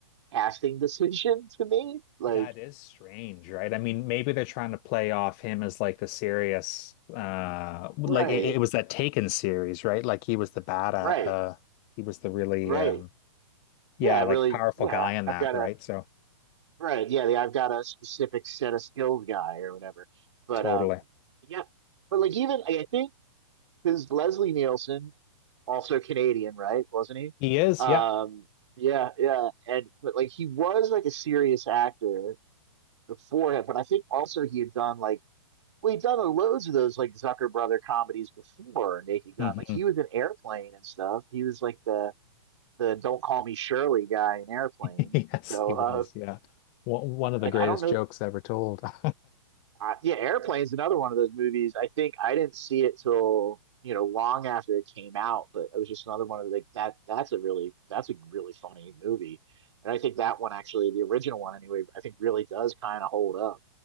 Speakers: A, on the right (about 65°); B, on the left (about 20°).
A: casting decision <laughs> to me. Like,
B: That is strange, right? I mean, maybe they're trying to play off him as like the serious, uh, like
A: right,
B: it, it was that Taken series, right? Like he was the bad, uh,
A: right,
B: uh, he was the really,
A: right.
B: um, yeah,
A: Yeah,
B: like
A: really.
B: powerful
A: Yeah,
B: guy in
A: I've
B: that,
A: got to.
B: right? So
A: Right. Yeah. The, I've got a specific set of skills guy or whatever. But
B: totally,
A: um, yeah. But like even I think because Leslie Nielsen, also Canadian, right? Wasn't he?
B: he is,
A: Um,
B: yeah.
A: yeah, yeah. And but like he was like a serious actor beforehand, but I think also he had done like well, he'd done loads of those like Zucker Brother comedies before Naked Gun.
B: hmm
A: Like he was in Airplane and stuff. He was like the the Don't Call Me Shirley guy in Airplane.
B: <laughs> Yes,
A: So
B: he
A: uh,
B: was, yeah. One one of the
A: like
B: greatest
A: I don't know
B: jokes ever told. <laughs>
A: Uh, yeah, Airplane's another one of those movies. I think I didn't see it till you know long after it came out, but it was just another one of the, like that. That's a really that's a really funny movie, and I think that one actually, the original one anyway, I think really does kind of hold up.